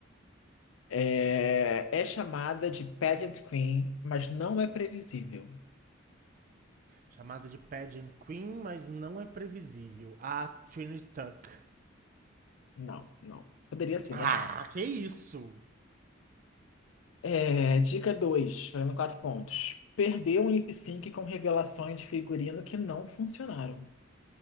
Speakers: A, on the left; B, on the right.
A: É, é chamada de Pageant Queen, mas não é previsível.
B: Chamada de Pageant Queen, mas não é previsível. A Trinity Tuck.
A: Não, não. Poderia ser,
B: Ah,
A: mas não.
B: que isso!
A: É, dica 2, valendo quatro pontos. Perdeu um lip sync com revelações de figurino que não funcionaram.